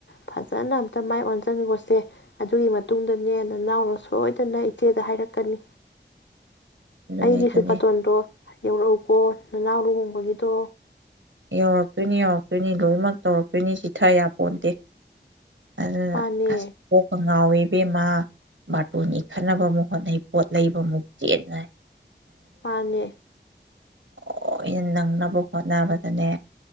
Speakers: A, on the left; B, on the right.
A: ꯐꯖꯅ ꯑꯝꯇ ꯃꯥꯏ ꯑꯣꯟꯖꯟꯒꯣꯁꯦ ꯑꯗꯨꯏ ꯃꯇꯨꯡꯗꯅꯦ ꯅꯅꯥꯎꯅ ꯁꯣꯏꯗꯅ ꯏꯆꯦꯗ ꯍꯥꯏꯔꯛꯀꯅꯤ
B: ꯑꯗꯨꯅꯤ
A: ꯑꯩꯒꯤꯁꯨ
B: ꯑꯗꯨꯅꯤ
A: ꯕꯥꯇꯣꯟꯗꯣ ꯌꯧꯔꯛꯎꯀꯣ ꯅꯅꯥꯎ ꯂꯨꯍꯣꯡꯕꯒꯤꯗꯣ
B: ꯌꯧꯔꯛꯇꯣꯏꯅꯤ ꯌꯧꯔꯛꯇꯣꯏꯅꯤ ꯂꯣꯏꯅꯃꯛ ꯇꯧꯔꯛꯇꯣꯏꯅꯤ ꯆꯤꯊ ꯌꯥ ꯄꯣꯟꯇꯦ ꯑꯗꯨꯅ
A: ꯃꯥꯅꯦ
B: ꯑꯁ ꯀꯣꯛꯀ ꯉꯥꯎꯋꯦ ꯕꯦꯝꯃꯥ ꯕꯥꯇꯣꯟꯒꯤ ꯈꯠꯅꯕ ꯑꯃꯨꯛ ꯍꯣꯠꯅꯩ ꯄꯣꯠ ꯂꯩꯕ ꯑꯃꯨꯛ ꯆꯦꯟꯅꯩ
A: ꯃꯥꯥꯅꯦ
B: ꯂꯣꯏ ꯅꯪꯅꯕ ꯍꯣꯠꯅꯕ ꯑꯅꯦ